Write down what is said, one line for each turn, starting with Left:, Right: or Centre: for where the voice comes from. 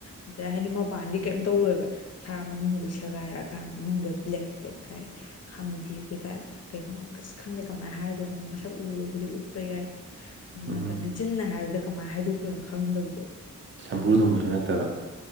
Left: ꯑꯗꯨꯗ ꯍꯥꯏꯗꯤ ꯃꯄꯥꯟꯗꯤ ꯀꯩꯝ ꯇꯧꯔꯣꯏꯕ ꯁꯥ ꯃꯅꯨꯡꯒꯤꯗꯨ ꯁꯦꯒꯥꯏꯔꯛꯑꯀꯥꯟ ꯃꯅꯨꯡꯗ ꯕ꯭ꯂꯦꯛ ꯕ꯭ꯂꯦꯛ ꯀꯥꯏ ꯈꯪꯗꯦ ꯑꯩ ꯀꯩꯅꯣ ꯈꯪꯗꯦ ꯀꯃꯥꯏꯅ ꯍꯥꯏꯗꯣꯏꯅꯣ ꯃꯁꯛ ꯎꯔꯕꯨꯗꯤ ꯎꯠꯄ ꯌꯥꯏꯀꯣ ꯑꯗꯨ
Right: ꯎꯝ
Left: ꯅꯠꯇꯝꯅꯤ ꯆꯤꯟꯅ ꯍꯥꯏꯕꯗ ꯀꯃꯥꯏ ꯍꯥꯏꯗꯣꯛꯇꯣꯏꯅꯣ ꯈꯪꯗꯕꯗꯣ
Right: ꯁꯝꯕ꯭ꯔꯨ
Left: ꯑꯗꯨꯃꯥꯏꯇ
Right: ꯊꯣꯡꯕꯁꯨ ꯅꯠꯇꯕ